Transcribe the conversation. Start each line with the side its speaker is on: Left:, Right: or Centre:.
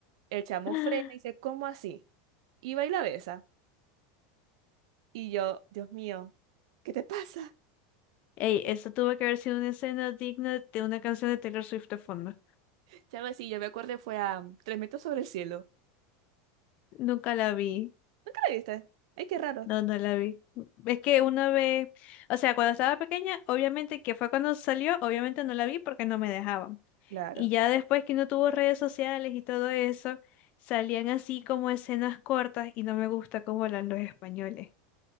Right: El chamo
Left: <gasps>
Right: frena y dice, ¿cómo así? Y va y la besa. Y yo, Dios mío, ¿qué te pasa?
Left: Ey, eso tuvo que haber sido una escena digna de una canción de Taylor Swift de fondo.
Right: Sí, algo así, yo me acuerdo fue a Tres metros sobre el cielo.
Left: Nunca la vi.
Right: ¿Nunca la viste? Ay, qué raro.
Left: No, no la vi. Es que una vez, o sea, cuando estaba pequeña, obviamente que fue cuando salió, obviamente no la vi porque no me dejaban.
Right: Claro.
Left: Y ya después que no tuvo redes sociales y todo eso, salían así como escenas cortas y no me gusta cómo hablan los españoles.